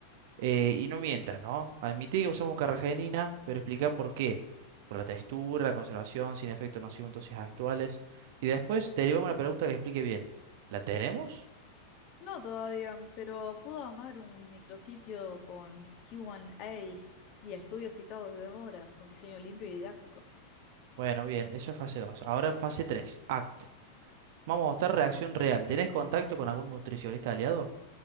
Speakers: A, on the right; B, on the left.
A: eh, y no mientas, ¿no? Admití que usamos carragenina, pero explica por qué. Por la textura, la conservación, sin efecto nocivo en dosis actuales. Y después derivamos una pregunta que explique bien. ¿La tenemos?
B: No todavía, pero puedo amar un micrositio con Q1A y estudios citados de horas con diseño limpio y didáctico.
A: Bueno, bien, eso es fase 2. Ahora fase 3. ACT. Vamos a mostrar reacción real. ¿Tenés contacto con algún nutricionista aliado?